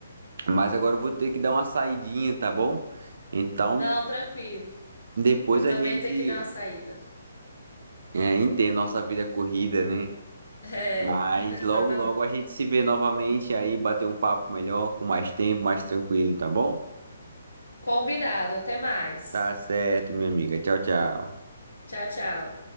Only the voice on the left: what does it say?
Não, tranquilo.
Eu também
tenho que dar uma saída.
É,
<laughs>
exatamente.
Combinado. Até mais.
Tchau, tchau.